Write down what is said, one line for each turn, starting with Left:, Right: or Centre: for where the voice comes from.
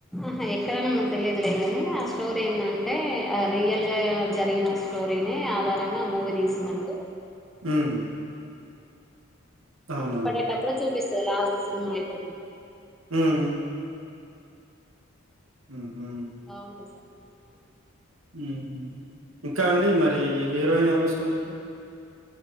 Centre: ఆహా ఎక్కడన్నా మనకు తెలియదులేగాని ఆ స్టోరీ ఏంది అంటే ఆ రియల్ గా జరిగిన స్టోరీని ఆధారంగా మూవీ తీసినట్టు
Right: హ్మ్
Centre: నేమ్స్
Right: అవునా!
Centre: పడేటప్పుడు చూపిస్తది లాస్ట్ సినిమా అయిపెనంక
Right: హ్మ్ హుహు.
Centre: బావుంటది సండే చూడ
Right: హ్మ్ హ్మ్ ఇంకా అండి మరీ హీరోయిన్ ఎవరి ఇష్టం మీకు